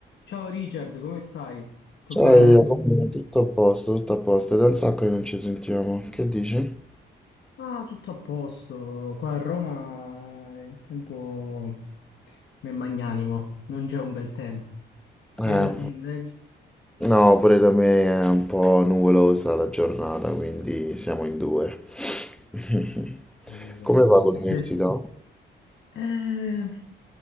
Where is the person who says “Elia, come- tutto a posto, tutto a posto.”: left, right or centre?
Centre